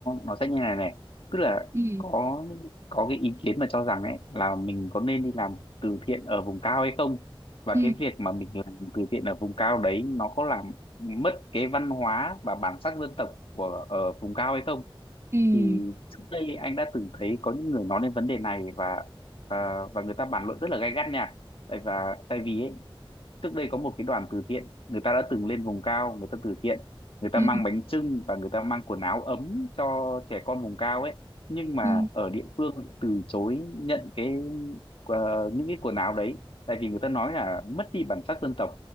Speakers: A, on the left; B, on the right.
A: nó sẽ như này này tức là
B: ừ
A: có những- có cái ý kiến mà cho rằng ấy là mình có nên đi làm từ thiện ở vùng cao hay không và
B: ừ
A: cái việc mà mình làm từ thiện ở vùng cao đấy nó có làm mất cái văn hóa và bản sắc dân tộc của ở vùng cao hay không
B: ừ
A: thì trước đây anh đã từng thấy có những người nói đến vấn đề này và và, và người ta bàn luận rất là gay gắt nha tại và tại vì ấy, trước đây có một cái đoàn từ thiện người ta đã từng lên vùng cao người ta từ thiện người ta
B: ừ
A: mang bánh chưng và người ta mang quần áo ấm cho trẻ con vùng cao ấy nhưng mà
B: ừ
A: ở địa phương lại từ chối nhận cái ờ, những cái quần áo đấy tại vì người ta nói là mất đi bản sắc dân tộc